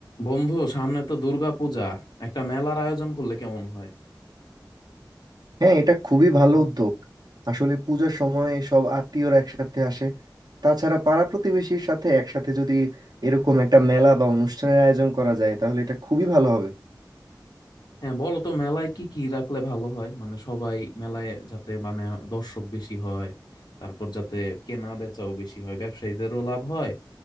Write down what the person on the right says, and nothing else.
হ্যাঁ এটা খুবই ভালো উদ্যোগ আসলে পূজার সময় সব আত্মীয়রা একসাথে আসে তাছাড়া পাড়া প্রতিবেশীর সাথে একসাথে যদি এরকম একটা মেলা বা অনুষ্ঠানের আয়োজন করা যায় তাহলে এটা খুবই ভালো হবে